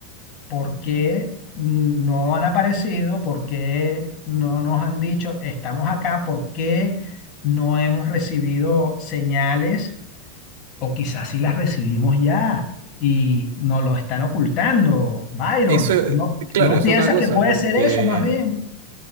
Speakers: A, on the left; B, on the right.
A: por qué no han aparecido? ¿Por qué no nos han dicho estamos acá? ¿Por qué no hemos recibido señales? O quizás sí las recibimos ya y nos lo están ocultando, Byron.
B: Eso, eh,
A: ¿No,
B: claro,
A: tú no
B: es
A: piensas
B: otra cosa,
A: que puede
B: porque
A: ser eso más bien?